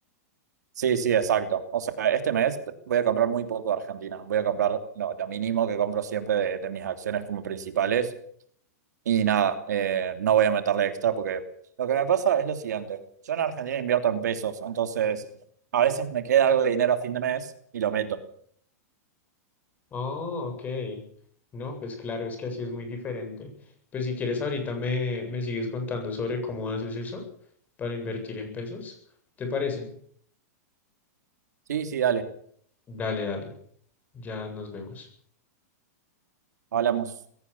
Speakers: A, on the right (about 80°); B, on the left (about 20°).
A: Sí, sí, exacto. O sea, este mes voy a comprar muy poco de Argentina. Voy a comprar lo, lo mínimo que compro siempre de, de mis acciones como principales. Y nada, eh, no voy a meterle extra porque lo que me pasa es lo siguiente. Yo en Argentina invierto en pesos, entonces a veces me queda algo de dinero a fin de mes y lo meto.
B: Oh, ok. No, pues claro, es que así es muy diferente. Pues si quieres ahorita me, me sigues contando sobre cómo haces eso para invertir en pesos. ¿Te parece?
A: Sí, sí, dale.
B: Dale, dale. Ya nos vemos.
A: Hablamos.